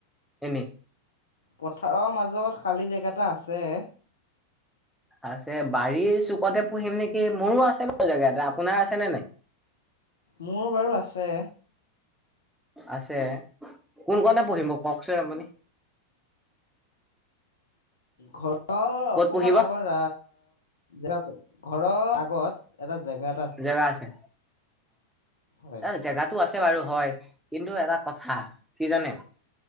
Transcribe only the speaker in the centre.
এনেই।
আছে বাৰীৰ চুকতে পুহিম নেকি মোৰো আছে বাৰু জেগা এটা আপোনাৰ আছে নে নাই।
আছে কোন কতে পুহিব কওকচোন আপুনি।
ক'ত পুহিব
জেগা আছে
অ' জেগাত আছে বাৰু হয় কিন্তু এটা কথা কি জানে।